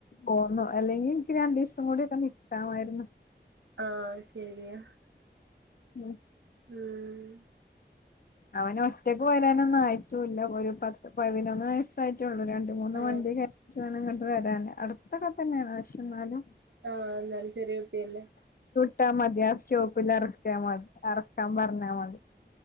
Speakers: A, on the left; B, on the right.
A: പോ <unintelligible> അല്ലെങ്കി ഇൻക്ക് രണ്ടീസം കൂടിക്കെ നിക്കാമായിരുന്നു
B: ആ ശരിയാ
A: ഉം
B: ഉം
A: അവന് ഒറ്റക്ക് വരാനൊന്നും ആയിട്ടൂല്ല ഒരു പത്ത് പതിനൊന്ന് വയസ്സായിട്ടേ ഉള്ളൂ. രണ്ട് മൂന്ന്
B: ആഹ്
A: വണ്ടി കേ <inaudible> അടുത്തൊക്കെ തന്നെയാണ് പക്ഷേ എന്നാലും,
B: ആഹ് എന്നാലും ചെറിയ കുട്ടിയല്ലേ
A: ഇട്ടാ മതിയാ സ്റ്റോപ്പിൽ എറക്കിയാൽ മതി എറക്കാൻ പറഞ്ഞാൽ മതി.